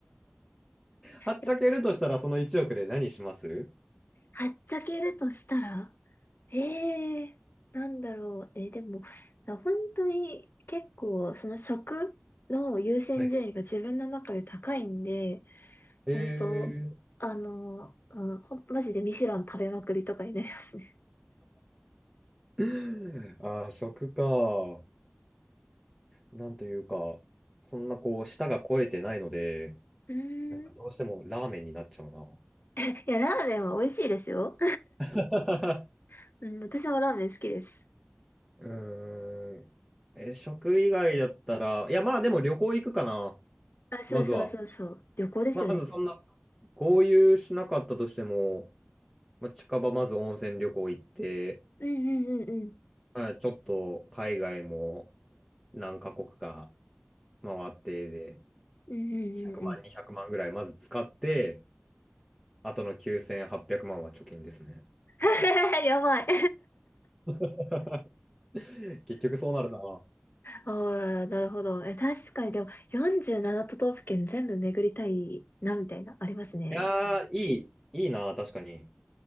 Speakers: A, in the centre; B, on the left.
A: はっちゃけるとしたら、
B: や
A: その1億で何します
B: はっちゃけるとしたら、ええなんだろう。えーでも、本当に結構、その食の優先順位が自分の中で高いんで、
A: はい。え
B: 本当、あの、うん、ほん、マジでミシュラン食べまくりとかになりますね。
A: ー、<laughs> ああ、食か。なんというか、そんなこう、舌が肥えてないので、
B: うーん。
A: なんかどうしてもラーメンになっちゃうな。
B: <laughs> いや、ラーメンは美味しいですよ。
A: <laughs>
B: <laughs> うん、私もラーメン好きです。
A: うーん。え、食以外だったら、いや、まあでも旅行行くかな。
B: あ、そうそうそうそう。
A: まずは。
B: 旅行ですよね。
A: まずそんな、合流しなかったとしても、まあ、近場まず温泉旅行行って、
B: うんうんうんうん。
A: まあ、ちょっと海外も何カ国か回ってで、
B: うんうんうんうん。
A: 100万、200万ぐらいまず使って、あとの9800万はっぴゃくまんは貯金ですね。
B: <laughs> やばい。
A: <laughs> <laughs> 結局そうなるな。
B: ああ、なるほど。え、確かに、でも、47都道府県全部巡りたいな、みたいな、ありますね。
A: いやー、いい、いいな、確かに。